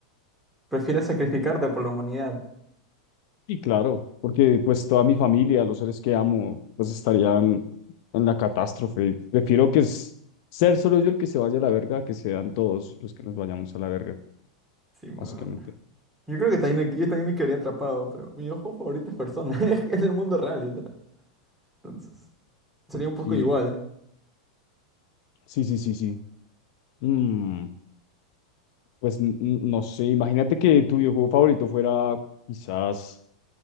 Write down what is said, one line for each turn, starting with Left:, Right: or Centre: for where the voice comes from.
Centre: prefieres sacrificarte por la humanidad.
Left: Sí, claro, porque pues toda mi familia, los seres que amo, pues estarían en la catástrofe. Prefiero que es ser solo yo el que se vaya a la verga, que sean todos los que nos vayamos a la verga,
Centre: Sí, man.
Left: básicamente.
Centre: Yo creo que también, yo también me quedaría atrapado, pero mi videojuego favorito es Persona. <laughs> Es es el mundo real, literal. Entonces, sería un poco
Left: Sí,
Centre: igual.
Left: sí, sí, sí, sí. Mm, pues n- n- no sé, imagínate que tu videojuego favorito fuera quizás,